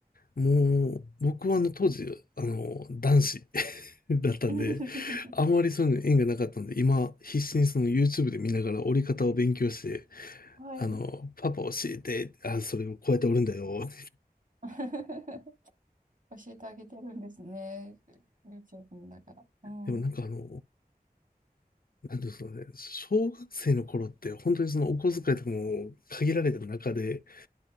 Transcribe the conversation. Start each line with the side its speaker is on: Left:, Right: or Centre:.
Left: もう、僕はあの当時、あの、男子 <laughs> だったんで、
Right: <laughs>
Left: あんまりそういうの縁がなかったんで、今、必死にその YouTube で見ながら折り方を勉強して、
Right: はい。
Left: あの、パパ教えて、あ、それをこうやって折るんだよ。
Right: <laughs> 教えてあげてるんですね。YouTube 見ながら。うん。
Left: でもなんかあの、なんていうんですかね、小学生の頃って本当にそのお小遣いとかも限られた中で、